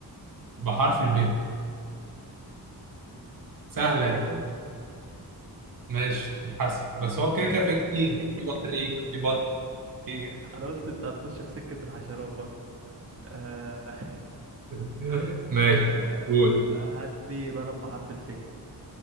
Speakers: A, on the right (about 55°); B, on the right (about 35°).
A: بحرف الب سهلة
B: بعوضه
A: دي ماشي الحسن بس هو كده كده في كتير
B: <laughs>
A: في بطريق في بط في
B: انا قلت انت هتخش في سكه الحشرات برضه آه... <laughs>
A: <laughs> ماشي
B: آه...
A: قول
B: هات لي بلد بحرف الف